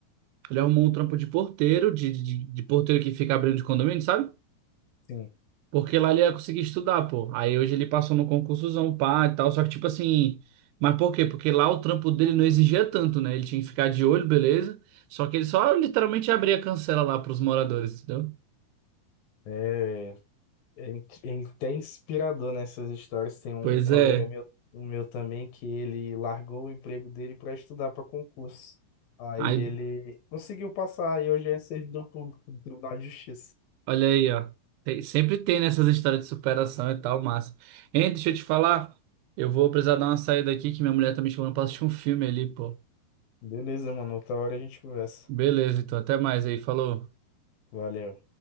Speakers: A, on the right (about 85°); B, on the left (about 70°).
A: ele arrumou um trampo de porteiro, de, de, de porteiro que fica abrindo de condomínio, sabe?
B: Sim,
A: Porque lá ele ia conseguir estudar, pô. Aí hoje ele passou no concursozão, pá, e tal. Só que, tipo assim. Mas por quê? Porque lá o trampo dele não exigia tanto, né? Ele tinha que ficar de olho, beleza. Só que ele só literalmente abria a cancela lá pros moradores, entendeu?
B: é, é, in- é até inspirador nessas histórias. Tem um
A: Pois
B: colega
A: é.
B: meu, um meu também que ele largou o emprego dele para estudar para concurso. Aí
A: Aí,
B: ele conseguiu passar e hoje é servidor público do Tribunal de Justiça.
A: olha aí, ó. Tem- sempre tem nessas histórias de superação e tal, massa. Hein, deixa eu te falar. Eu vou precisar dar uma saída aqui, que minha mulher tá me chamando pra assistir um filme ali, pô.
B: Beleza, mano. Outra hora a gente conversa.
A: Beleza, então até mais aí. Falou.
B: Valeu.